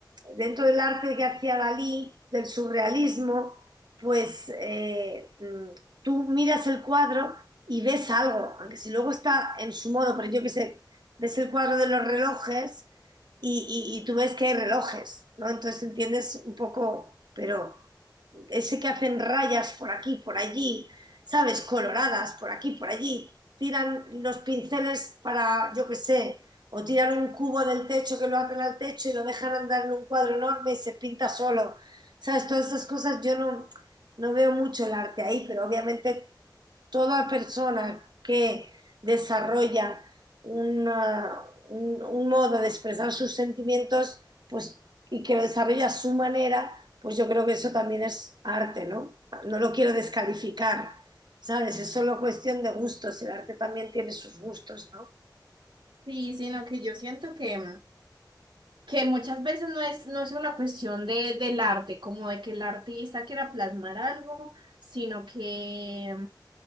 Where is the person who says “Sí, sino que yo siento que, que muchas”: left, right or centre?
Right